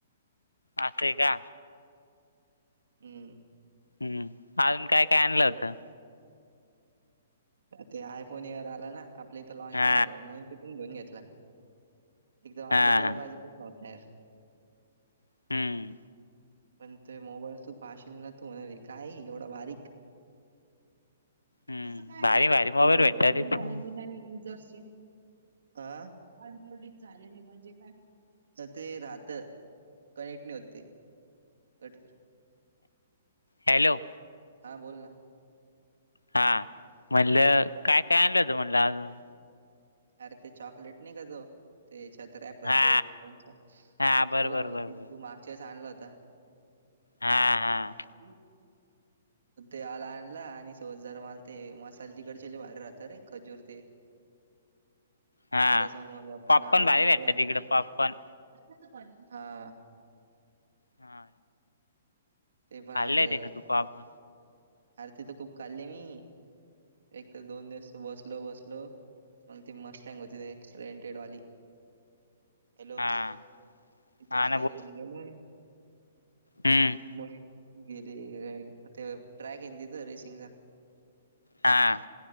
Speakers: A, on the left (about 75°); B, on the right (about 60°).
A: आस ए का.
B: हम्म.
A: हम्म. अजून काय काय आणलं होतं?
B: ते आयफोन एअर आला ना. आपल्या इथं लॉन्च
A: हा
B: नाही झाला म्हणून मी तिथून घेऊन घेतला. एकतर मला
A: हा
B: जो कलर पाहिजे तोच नव्हता यार.
A: हम्म
B: पण ते मोबाईल तू पाहशील ना तू म्हणल हे काय एवढा बारीक.
A: हम्म
B: असं काय आहे
A: भारी भारी मोबाईल
B: रे? ऑनबोर्डिंग
A: भेटतात तिथं
B: झाले नाहि युजर्सचे. ह. ऑनबोर्डिंग झाले नाही म्हणजे काय? अगं ते राहत. कनेक्ट नाही होत ते कट कर.
A: हॅलो.
B: हा बोल ना.
A: हा. म्हणलं काय काय आणलं तु म्हणलं अजून?
B: अरे ते चॉकलेट नाई का तो ते याच्यात रॅप राहतो
A: हा
B: कोणचा?
A: हा बरं
B: तुला
A: बरं
B: माहिती
A: बरं
B: तू
A: बरं
B: मागच्यावेळेस आणला होता. <unintelligible>
A: हा हा
B: हम ते आल आणला आणि सोज जार माल ते मसाल तिकडचे लय भारी राहतात रे खजूर ते.
A: हा
B: ते कस मम्मी पप्पांना
A: पॉपकॉर्न
B: आवडत
A: भारी भेटतात
B: न ते आणलं.
A: तिकडं पॉपकॉर्न
B: <unintelligible> पाणी. आ.
A: हा.
B: ते पण
A: खाल्ले
B: आणलं.
A: ते का तू पॉपकॉर्न
B: आर तित खूप खाल्ली मी. एक त दोन दिवस बसलो बसलो वन ति मस्त हॅंग होती <unintelligible> रेंटेडवाली. हॅलो
A: हां
B: <unintelligible>
A: हां हम्म.
B: मस्त गेली ते ट्रॅक येना तिथ रेसिंगचा.
A: हां.